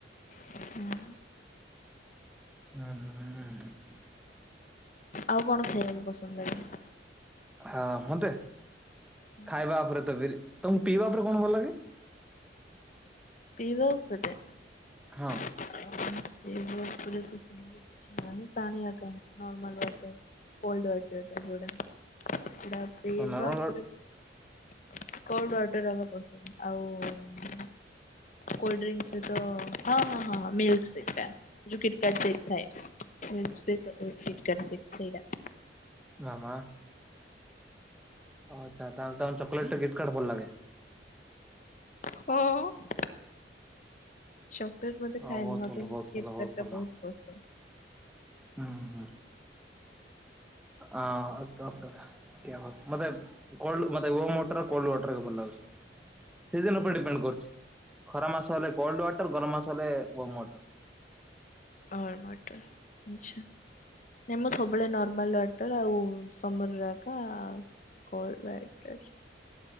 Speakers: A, on the left; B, in the centre.
A: <unintelligible>
B: ହୁଁ ହୁଁ ହୁଁ ହଁଁ।
A: ଆଉ କଣ ଖାଇବାକୁ ପସନ୍ଦଲାଗେ?
B: ହଁ ମୁନ୍ଦେଖାଇବା
A: ହୁଁ।
B: ଉପରେ ତ ବି ତମକୁ ପିଇବା ଉପରେ କଣ ଭଲ ଲାଗେ?
A: ପିଇବାକୁ କେତେ
B: ହଁ।
A: <unintelligible> ପିଇବା ଉପରେ ତ ସେମିତି କିଛି ନାହିଁ ପାଣି ଆକାର ନର୍ମଲୱଟର କୋଲୱଟର ଟା ଯୋଟା। <unintelligible> ଲ ପିଇବା
B: ତ ନର୍ମାଲ
A: ଉପରେ ବିକେଲ୍ଡ ୱଟର ଆଗ ପସନ୍ଦ ଆଉ। କୋଲଡ୍ରିଂକ୍ ତ ହଁ ହଁ ହଁ ମିିଲ୍କ୍ ସେଟା। ଯେଉଁ କିଟି କଟେଥାଏ ମିସି ଥାଏ କିଟିକାଟେ ସେଇଟା।
B: ମାମା। ଓ ଆଚ୍ଛା। ତାହେଲେ ତମେ ଚକଲେଟ କିଟିକାଟେ ଭଲ ଲାଗେ।
A: <unintelligible> ହୁ ଉ ଚକଲେଟ ମତେଖାଏନି
B: ହଁ ବହୁତ
A: ମତେ
B: ଭଲ ବହୁତ
A: କିଟକାଟା
B: ଭଲ ଭଲ
A: ଟା ବହୁତ ପସନ୍ଦ।
B: ହୁଁ ହୁଁ ଆଉ ତାପରେ। ମେତେକୋଲମୋଟର କୋଲଡୱଟର ଭଲ ଲାଗୁଛି। ସିଜିନ ଉପରେ ଡିପେଣ୍ଡ କରୁଛି ଖରା ମାସ ହେଲେ କୋଲ୍ଡ ୱାଟର ଗରମ ମାସ ହେଲେ ଓମ୍ ୱାଟର।
A: ୱଡମଟରଆଛା ନାଇ ମୁଁ ସବୁବେଳେ ନର୍ମାଲୱଟର। ଟଲ ଆଉ ସମର ରାଗା ଆ -କେଲ୍ଡ ୱଟର।